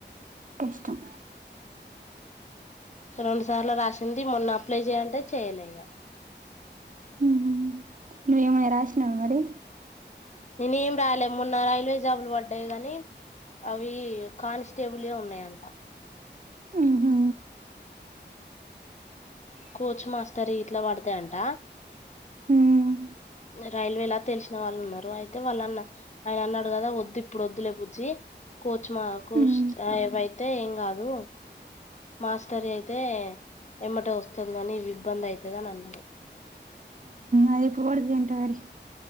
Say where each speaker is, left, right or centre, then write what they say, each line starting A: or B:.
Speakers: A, on the right; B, on the left.
A: కష్టం
B: రెండు సార్లు రాసింది మొన్న అప్లై చేయంటే చేయ్యలే ఇగ
A: మ్మ్ హ్మ్ నువ్వేమన రాశ్నావా మరి
B: నేనేం రాయలే మొన్న రైల్వే జాబులు వడ్డాయి గాని అవి కానిస్టేబులువే ఉన్నాయంట.
A: ఉహు
B: కోచ్ మాస్టర్ యి ఇట్లా పడతాయంట
A: ఉమ్
B: రైల్వే ఇలా తెలిసిన వాళ్ళు ఉన్నారు అయితే వాళ్ళన్న ఆయన అన్నాడు కదా వద్దు ఇప్పుడు వద్దులే బుజ్జి కోచ్ మా కోచ్
A: ఉమ్
B: ఏవైతే ఏం కాదు మాస్టర్ అయితే ఎమ్మట వస్తుది కాని ఇ ఇబ్బంది అవుతుది అని అన్నాడు
A: అదే పోడద ఏంటవర